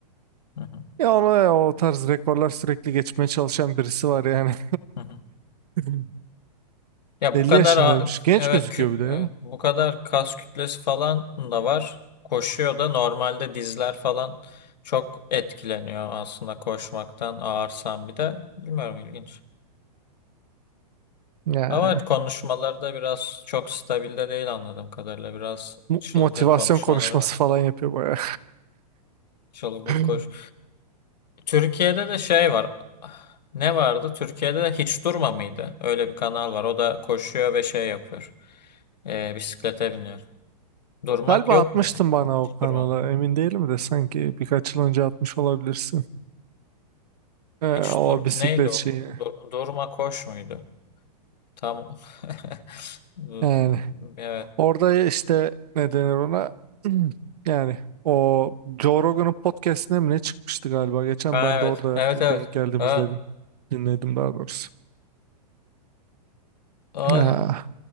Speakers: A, on the left; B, on the right.
A: Hı hı,
B: Ya ona ya, o tarz rekorlar sürekli geçmeye çalışan birisi var yani.
A: hı hı.
B: <laughs>
A: Ya
B: 50
A: bu kadar
B: yaşındaymış.
A: a-
B: Genç
A: evet,
B: gözüküyor
A: kü-
B: bir de
A: evet,
B: ya.
A: bu kadar kas kütlesi falan da var. Koşuyor da normalde dizler falan çok etkileniyor aslında koşmaktan ağırsam bir de. Bilmiyorum ilginç.
B: Ya,
A: Ama konuşmalarda biraz çok stabilde değil anladığım kadarıyla. Biraz
B: mo-
A: çılgın
B: motivasyon
A: konuşmaları
B: konuşması
A: var.
B: falan yapıyor bayağı.
A: Çılgın
B: <laughs>
A: koş. Türkiye'de de şey var. Ne vardı? Türkiye'de de Hiç Durma mıydı? Öyle bir kanal var. O da koşuyor ve şey yapıyor. Ee, bisiklete biniyor. Durmak
B: Galiba
A: yok
B: atmıştın
A: muydu?
B: bana
A: Hiç
B: o kanala
A: Durma.
B: emin değilim de sanki birkaç yıl önce atmış olabilirsin. Ee,
A: Hiç
B: o
A: dur.
B: bisiklet
A: Neydi o?
B: şeyi.
A: Dur- durma koş muydu? Tamam. <laughs>
B: Yani
A: Evet.
B: orada işte ne denir ona? <clears throat> Yani o Joe Rogan'ın podcastine mi ne çıkmıştı galiba? Geçen
A: Ha,
B: ben
A: evet.
B: de orada
A: Evet evet.
B: denk geldim
A: Ha.
B: izledim. Dinledim daha doğrusu.
A: Aa,
B: Ha,